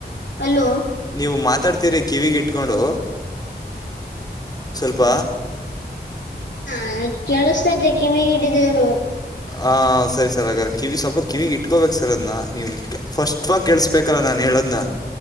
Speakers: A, on the left (about 85°); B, on the left (about 20°).
A: ಅಲ್ಲೋ
B: ನೀವು ಮಾತಾಡ್ತೀರಿ ಕಿವಿಗೆ ಇಟ್ಕೊಂಡು ಸ್ವಲ್ಪ
A: ಹಾ ಕೇಳಿಸತತೆ ಕಿವಿ ಇಟ್ಟಿದವರ್
B: ಹ ಸರಿ ಸರ್ ಹಾಗಾದ್ರ ಕಿವಿ ಸ್ವಲ್ಪ ಕಿವಿಗೆ ಇಟ್ಕೋಬೇಕು ಸರ್ ಅದ್ ನೀವು ಫಸ್ಟ್ ಸ್ಪಷ್ಟವಾಗಿ ಕೇಳಸ್ಬೇಕಲ್ಲ ನಾನ್ ಹೇಳೋದ್ನ್ನ